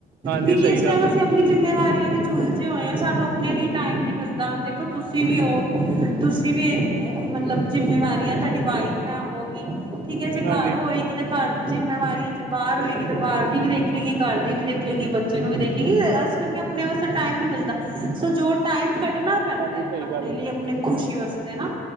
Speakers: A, on the right; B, on the right.
A: ਹਾਂਜੀ
B: ਕਿ ਕਿਸ
A: ਸਹੀ ਗੱਲ
B: ਟੈਮ
A: ਆ
B: ਅਸੀਂ ਆਪਣੀ ਜਿੰਮੇਵਾਰੀ ਉਲਝੇ ਹੋਏ ਆ ਸਾਨੂੰ ਆਪਣੇ ਲਈ ਟਾਈਮ ਨੀ ਮਿਲਦਾ ਦੇਖੋ ਤੁਸੀਂ ਵੀ ਹੋ ਤਸੀਂ ਵੀ ਮਤਲਬ ਜਿੰਮੇਵਾਰੀ ਆ ਤੁਹਾਡੀ ਵਾਈਫ ਹੈ ਉਹ ਵੀ ਠੀਕ ਹੈ ਜੇ
A: ਹਾਂਜੀ
B: ਘਰ ਹੋਏਗੀ ਤਾਂ ਘਰ ਦੀ ਜਿੰਮੇਵਾਰਿਆ ਚ ਬਾਹਰ ਹੋਏਗੀ ਤਾਂ ਬਾਹਰ ਦੀ ਵੀ ਦੇਖੇਗੀ, ਘਰ ਦੀ ਵੀ ਦੇਖੇਗੀ, ਬੱਚੇ ਨੂੰ ਵੀ ਦੇਖੇਗੀ, ਇਸ ਕਰਕੇ ਆਪਣੇ ਵਾਸਤੇ ਟਾਈਮ ਨਹੀਂ ਮਿਲਦਾ ਸੋ ਜੋ ਟਾਈਮ ਘੱ ਕੱਢਣਾ ਪੈਂਦਾ
A: ਹਾਂਜੀ ਸਹੀ
B: ਆਪਣੇ
A: ਗੱਲ ਹੈ
B: ਲਈ
A: ਜੀ
B: ਆਪਣੀ ਖੁਸ਼ੀ ਵਾਸਤੇ ਨਾ